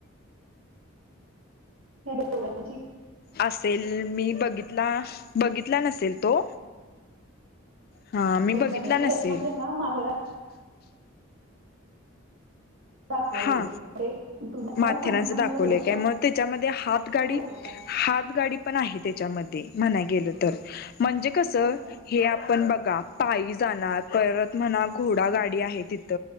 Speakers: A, on the right (about 75°); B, on the left (about 45°).
A: हे दोोघची
B: असेल मी बघितला बघितला नसेल तो हा मी
A: बघितलं
B: बघितला
A: नाही
B: नसेल
A: काय त्याच्यामध्ये ना माथेरान दाखवले
B: हा
A: तुम्ही आता
B: माथरा
A: सांगताना
B: दावलं
A: मला थोडं साधं
B: का मग त्यामध्ये हात गाडी
A: घोडा
B: हात गाडी पण आहे त्याच्यामध्ये म्हणाय गेलं तर म्हणजे कस
A: होय काय
B: हे आपण बघ पायी जाणार परत म्हणा घोडा गाडी आहे तिथ